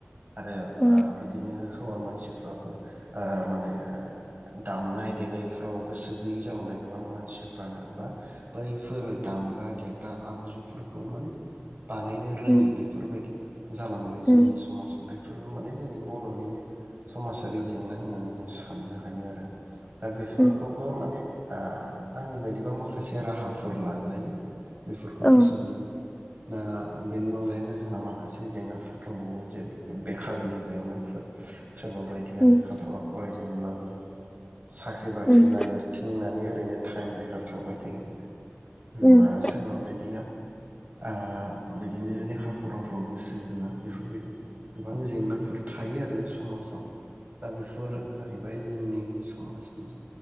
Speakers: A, on the right (about 40°); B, on the left (about 20°).
A: आरो
B: उम
A: ओ बिदिनो हौवा मानसिफ्राबो ओ माने ओ दामनाय देनायफ्राव गोसो गैयै जालांबाय गोबां मानसिफो रानो बा बैफोर दामग्रा दे ओ आगजुफोरखौ माने बानायनो रोङि
B: उम
A: बेफोरबायदि जालांबाय
B: उम
A: जोंनि समाजाव बे फोरबो माने जोंनि बर'निनो समाजाव । जेरै जेंना होननानै जों सा बुंनो हायो आरो दा बेफोरखौबो
B: उम
A: माने आ आंनि बायदिबा माखासे राहाफोर लाजायो । बेफोरखौ
B: औ
A: फोसाबनायनि । दा बेनि अनगायैबो जोंहा माखासे जेंनाफोर दंबावो जेरै बेखारनि जेंनाफोर । सोरबा बायदिया
B: उम
A: लेखा
B: उम
A: फरा फराय दोंब्लाबो साख्रि बाख्रि
B: उम
A: नागिरथिंनानै ओरैनो टाइम बेखार थांबाय थायो ।
B: उम
A: मा सोरबा बायदिया आ बिदिनो लेखा फराफ्राव गोसो होआ बेफोरबायदि । गोबां जेंनाफोर थायो आरो समाजआव । दा बेफोर जाहैबाय जोंनि समाजनि